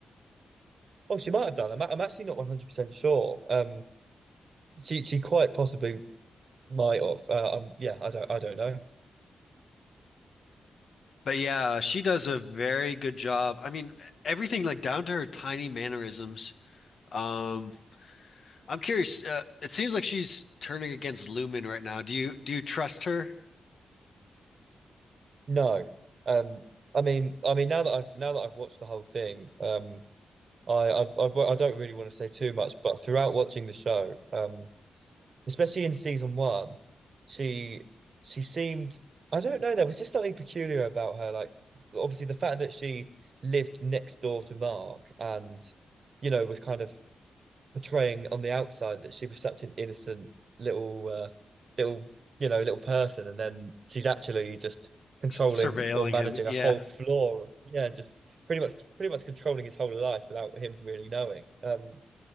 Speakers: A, on the right; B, on the left.
A: Oh, she might have done. I'm, I'm actually not 100% sure. Um, she she quite possibly Might off, Uh, um, yeah, I don't. I don't know.
B: But yeah, she does a very good job. I mean, everything like down to her tiny mannerisms. Um, I'm curious. Uh, it seems like she's turning against Lumen right now. Do you do you trust her
A: No. Um. I mean. I mean. Now that I've now that I've watched the whole thing. Um. I. I. I, well, I don't really want to say too much, but throughout watching the show, um, especially in season one, she she seemed. I don't know. There was just something peculiar about her. Like, obviously, the fact that she lived next door to Mark and, you know, was kind of portraying on the outside that she was such an innocent little uh, little you know little person and then she's actually just controlling
B: S surveilling
A: or managing
B: him? Yeah,
A: a whole floor of yeah just pretty much pretty much controlling his whole life without him really knowing um